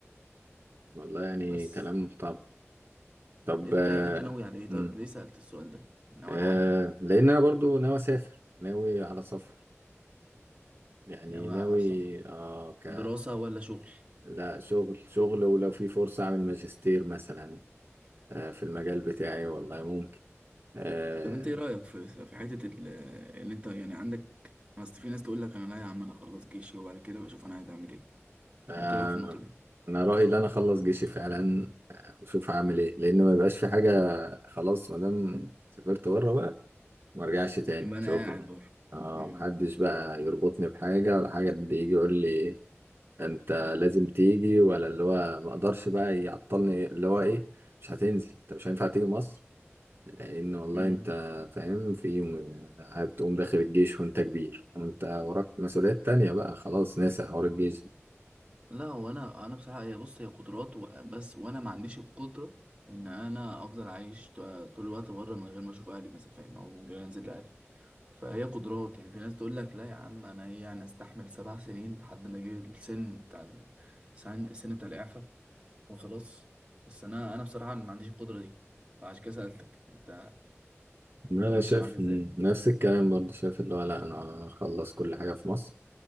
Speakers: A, on the right; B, on the right.
A: والله يعني
B: بس
A: كلام محترم طب
B: انت
A: آه.
B: انت ناوي على ايه
A: مم.
B: طيب ليه سألت السؤال ده؟ ناوي
A: آه.
B: على حاجة؟
A: لأن أنا برضو ناوي أسافر ناوي على سفر يعني
B: ناوي
A: ناوي
B: على سفر
A: اه ك
B: دراسة ولا شغل؟
A: لا شغل شغل ولو في فرصة أعمل ماجستير مثلا آه في المجال بتاعي والله ممكن آه.
B: طب انت ايه رأيك في في حتة ال- اللي انت يعني عندك اصل في ناس تقول لك انا لا يا عم انا اخلص جيشي وبعد كده بشوف انا عايز اعمل ايه
A: آه.
B: انت ايه رأيك في النقطة دي
A: انا رايي ان انا اخلص جيشي فعلا آه، واشوف هعمل ايه لان ما يبقاش في حاجه خلاص ما دام سافرت بره بقى ما ارجعش تاني
B: يبقى انا
A: شكرا
B: قاعد بره
A: اه
B: امم
A: محدش بقى يربطني بحاجه ولا حاجه حد يجي يقول لي انت لازم تيجي ولا اللي هو ما اقدرش بقى يعطلني اللي هو ايه مش هتنزل انت مش هينفع تيجي مصر لان والله
B: امم
A: انت فاهم في يوم هتقوم داخل الجيش وانت كبير وانت وراك مسؤوليات تانية بقى خلاص ناسي حوار الجيش
B: لا هو انا انا بصراحة هي بص هي قدرات و- بس وانا ما عنديش القدرة ان انا افضل عايش ط- طول الوقت بره من غير ما اشوف اهلي مثلا فاهم او من غير انزل لاهلي فهي قدرات يعني في ناس تقول لك لا يا عم انا ايه انا استحمل سبع سنين لحد ما اجي السن بتاع سن السن بتاع الإعفاء وخلاص بس انا انا بصراحه ما عنديش القدره دي فعشان كده سالتك انت
A: انا
B: انت ماشيه
A: شايف
B: معاك ازاي
A: مم، نفس الكلام برضه شايف اللي هو لا انا اخلص كل حاجه في مصر